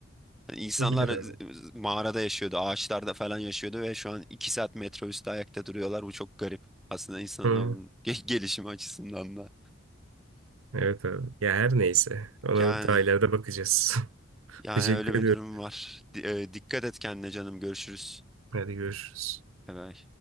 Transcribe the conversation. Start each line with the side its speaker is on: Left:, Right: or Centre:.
Centre: Yani İnsanlar
Right: Olabilir
Centre: e,
Right: abi.
Centre: mağarada yaşıyordu, ağaçlarda falan yaşıyordu ve şu an iki saat metro üstü ayakta duruyorlar. Bu çok garip. Aslında insanın
Right: Hı,
Centre: ge- <laughs> gelişimi açısından da.
Right: evet abi. Ya her neyse. Ona
Centre: Yani
Right: daha ileride bakacağız. <laughs>
Centre: yani
Right: Teşekkür
Centre: öyle bir
Right: ediyorum.
Centre: durum var. Di- e, dikkat et kendine canım. Görüşürüz.
Right: Hadi görüşürüz.
Centre: Bay bay.